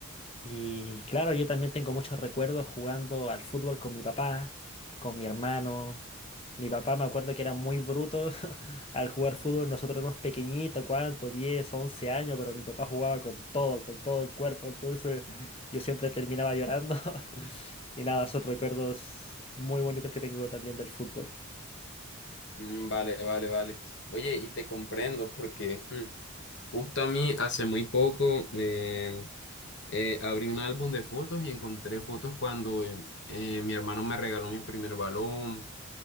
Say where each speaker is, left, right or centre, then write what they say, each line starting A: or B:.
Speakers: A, on the left; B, on the left.
A: Y claro, yo también tengo muchos recuerdos jugando al fútbol con mi papá, con mi hermano. Mi papá me acuerdo que era muy bruto <laughs> al jugar fútbol. Nosotros éramos pequeñitos, ¿cuánto? diez 11 años, pero mi papá jugaba con todo, con todo el cuerpo. Entonces yo siempre terminaba llorando. <laughs> Y nada, son recuerdos muy bonitos que tengo también del fútbol.
B: Mm, Vale, vale, vale. Oye, y te comprendo porque mm, justo a mí hace muy poco em, eh, abrí un álbum de fotos y encontré fotos cuando em, eh, mi hermano me regaló mi primer balón